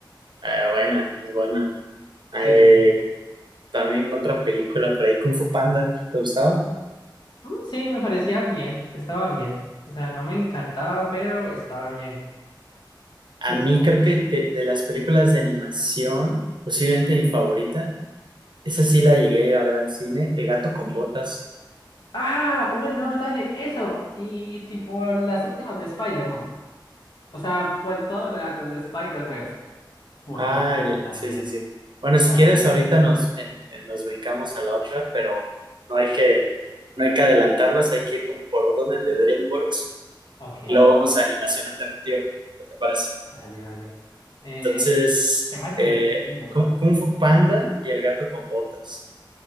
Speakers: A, on the right; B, on the left.
A: Eh, buena, es buena. Eh,
B: Sí, sí, sí.
A: también otra película por ahí, Kung Fu Panda, ¿te gustaba?
B: Mm, Sí, me parecía bien, estaba bien. O sea, no me encantaba, pero estaba bien.
A: A
B: Tipo,
A: mí creo que de, de las películas de animación, posiblemente mi favorita, esa sí la llegué a ir a ver al cine, El gato con botas.
B: ah, uy, no, dale, eso. Y tipo, las últimas de Spider-Man. O sea, cual, todo lo de Across the Spider-Verse. Buenísimo
A: Ah, el-
B: también.
A: sí, sí, sí. Bueno, si
B: O sea,
A: quieres, ahorita nos, en- en- nos brincamos a la otra, pero no hay que, no hay que adelantarnos, hay que ir como por orden de DreamWorks
B: ok,
A: y luego
B: ok,
A: vamos a animación alternativa, ¿qué te parece?
B: dale, dale. Eh,
A: Entonces,
B: ¿qué más
A: eh,
B: hay de DreamWorks?
A: Kung, Kung Fu Panda y El gato con botas.